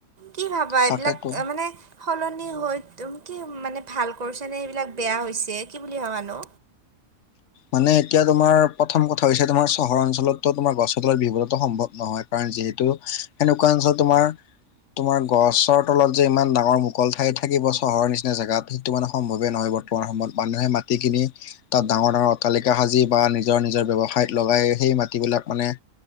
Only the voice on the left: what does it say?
তাকেতো
মানে এতিয়া তোমাৰ প্ৰথম কথা হৈছে তোমাৰ চহৰ অঞ্চলতো তোমাৰ গছ তলৰ বিহু বোৰতো সম্ভৱ নহয়', কাৰণ যিহেতু সেনেকুৱা অঞ্চল তোমাৰ', তোমাৰ গছৰ তলত যে ইমান ডাঙৰ মুকল ঠাই থাকিব চহৰৰ নিচিনা জেগাত- সেইটো মানে সম্ভৱেই নহয় বৰ্তমান সময়ত মানুহে মাটি কিনি- তাত ডাঙৰ ডাঙৰ অটালিকা সাজি বা নিজৰ নিজৰ ব্যৱসায়ত লগাই সেই মাটিবিলাক মানে-